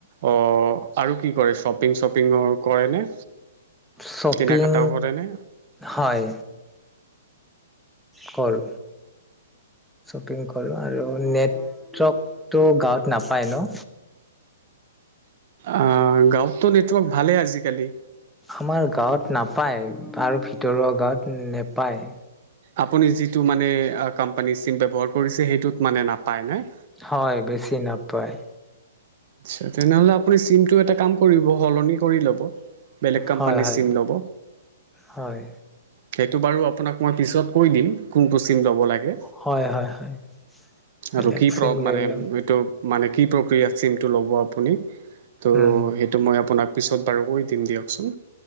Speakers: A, on the right; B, in the centre.
A: অঅ আৰু কি কৰে শ্বপিং শ্বপিঙৰ কৰে নে?
B: শপিং
A: কিনা কটাও কৰে নে?
B: হয়। কৰ শ্বপিং কৰোঁ আৰু নেটৱৰ্কটো গাঁৱত নাপায় ন?
A: আহ গাঁৱততো নেটৱৰ্ক ভালেই আজিকালি।
B: আমাৰ গাঁৱত নাপায় আৰু ভিতৰুৱা গাঁৱত নাপায়।
A: আপুনি যিটো মানে আ। কোম্পানীৰ চিম ব্যৱহাৰ কৰিছে, সেইটোত মানে নাপায় নে?
B: হয় বেছি নাপায়।
A: <unintelligible> তেনেহলে আপুনি চিমটো এটা কাম কৰিব, সলনি কৰি ল'ব। বেলেগ কোম্পানীৰ
B: হয় হয়
A: চিম ল'ব,
B: হয়
A: সেইটো বাৰু আপোনাক মই পিছত। কৈ দিম। কোনটো চিম ল'ব লাগে,
B: হয় হয় হয় বেলেগ
A: আৰু কি
B: চিম
A: প্ৰ মানে
B: লৈ ল'ম
A: এইটো। মানে কি প্ৰক্ৰিয়া? চিমটো ল'ব আপুনি? ত'
B: উম
A: সেইটো মই আপোনাক পিছত বাৰুকৈ দিম দিয়কচোন।